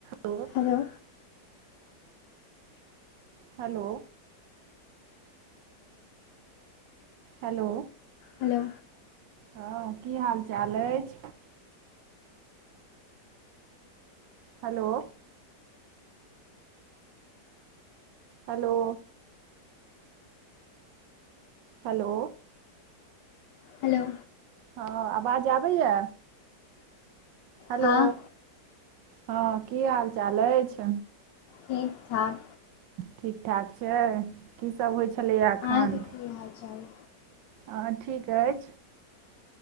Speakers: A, on the right; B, on the left.
A: हलो।
B: Hello.
A: Hello hello
B: hello
A: हँ की हाल चाल अइछ। हलो हलो हलो
B: हेलो
A: हँ अबाज आबैया। हलो
B: हँ
A: हँ की हाल -चाल अइछ।
B: ठीक -ठाक
A: ठीक -ठाक छै की सब होय छेलैया अखन।
B: अहाँके की हाल- चाल।
A: हँ ठीक अइछ।